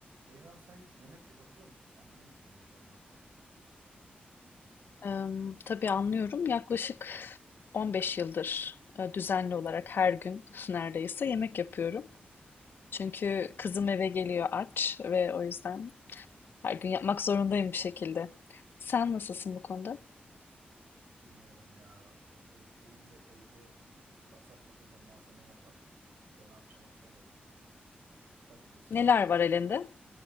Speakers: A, on the right; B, on the left.
A: Reyhan sen yemek yapabiliyor musun? Anlıyor musun yemek yapmaktan?
B: Em, tabii anlıyorum. Yaklaşık 15 yıldır e, düzenli olarak her gün <laughs> neredeyse yemek yapıyorum. Çünkü
A: Hı hı,
B: kızım eve geliyor aç ve o yüzden her gün yapmak zorundayım bir şekilde. Sen nasılsın
A: hı hı.
B: bu konuda?
A: Bilmiyorum ya. Ee, Benim de evde sa- saçma sapan malzemeler var. Ben ne yapacağımı bilemedim. Yani bir patates
B: Neler
A: var,
B: var elinde?